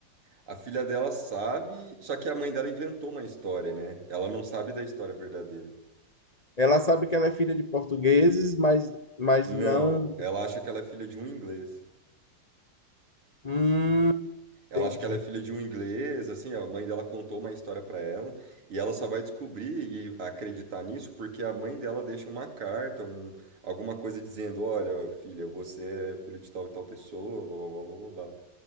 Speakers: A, on the right; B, on the left.
A: A filha dela sabe, só que a mãe dela inventou uma história, né? Ela não sabe da história verdadeira.
B: Ela sabe que ela é filha de portugueses, mas, mas
A: Não,
B: não.
A: ela acha que ela é filha de um inglês.
B: Hum,
A: Ela
B: entendi.
A: acha que ela é filha de um inglês, assim, a mãe dela contou uma história pra ela, e ela só vai descobrir e acreditar nisso porque a mãe dela deixa uma carta, um, alguma coisa dizendo, olha, filha, você é filho de tal e tal pessoa, blá, blá, blá, blá, blá. blá.